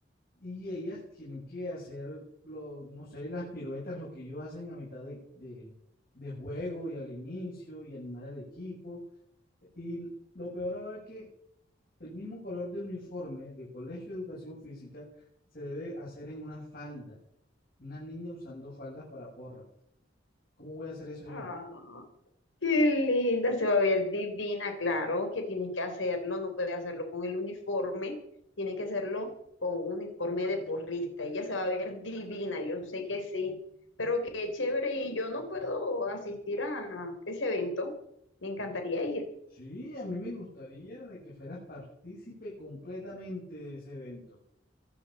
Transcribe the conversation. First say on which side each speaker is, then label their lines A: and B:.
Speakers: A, on the left; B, on the left.
A: Y ellas tienen que hacer, lo, no sé, las piruetas, lo que ellos hacen a mitad de, de- de juego y al inicio y animar al equipo. Y lo peor ahora es que el mismo color de uniforme de Colegio de Educación Física se debe hacer en una falda. Una niña usando faldas para porras. ¿Cómo voy a hacer eso
B: Ah,
A: yo?
B: qué linda, se va a ver divina, claro, que tiene que hacerlo, no puede hacerlo con el uniforme, tiene que hacerlo con un uniforme de porrista. Ella se va a ver divina, yo sé que sí, pero qué chévere y yo no puedo asistir a ese evento. Me encantaría
A: Ujú.
B: ir.
A: Sí, a mí me gustaría de que fueras partícipe completamente de ese evento.